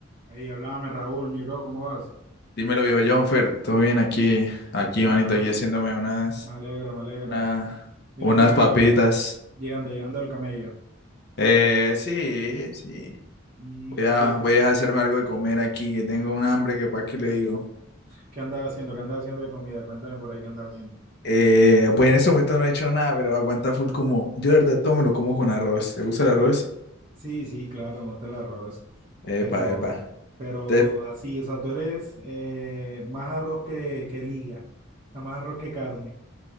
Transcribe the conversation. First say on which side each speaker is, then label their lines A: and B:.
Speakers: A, on the right; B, on the left.
A: Ahí, hablame Raúl, mi bro, ¿cómo vas?
B: Dímelo, viejo Jonfer, todo bien aquí, aquí,
A: Ah,
B: manito, aquí haciéndome unas,
A: me alegro, me alegro.
B: una,
A: Vienes
B: unas
A: llegando,
B: papitas.
A: llegando, llegando del camello.
B: Eh, sí, sí.
A: ¿Y
B: Voy a,
A: qué, qué,
B: voy a hacerme algo de comer aquí, que tengo un hambre que para qué le digo.
A: qué andas haciendo? ¿Qué andas haciendo de comida? Cuéntame por ahí qué andas haciendo.
B: Eh, pues en este momento no he hecho nada, pero aguanta full como. Yo de verdad todo me lo como con arroz. ¿te gusta el arroz?
A: Sí, sí, claro, me gusta el arroz. Pero,
B: Epa, epa.
A: pero
B: Te-
A: así, o sea, tú eres eh, más arroz que, que liga, o sea, más arroz que carne.